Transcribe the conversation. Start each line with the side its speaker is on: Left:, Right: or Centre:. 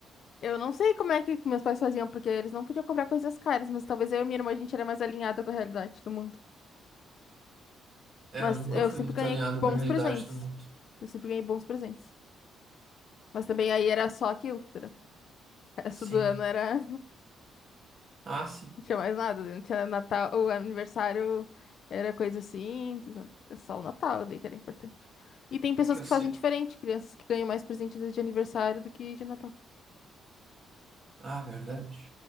Left: Eu não sei como é que meus pais faziam, porque eles não podiam comprar coisas caras, mas talvez eu e minha irmã a gente era mais alinhada com a realidade do mundo.
Right: É,
Left: Mas
Right: eu nunca
Left: eu
Right: fui
Left: sempre
Right: muito
Left: ganhei
Right: alinhado
Left: bons
Right: com a realidade
Left: presentes.
Right: do mundo.
Left: Eu sempre ganhei bons presentes. Mas também aí era só aquilo, entendeu? O resto
Right: Sim.
Left: do ano era.
Right: Ah, sim.
Left: Não tinha mais nada, não tinha Natal, o aniversário era coisa assim, é só o Natal daí que era importante. E tem pessoas
Right: É que eu
Left: que
Right: sei.
Left: fazem diferente, crianças que ganham mais presentes de aniversário do que de Natal.
Right: Ah, verdade.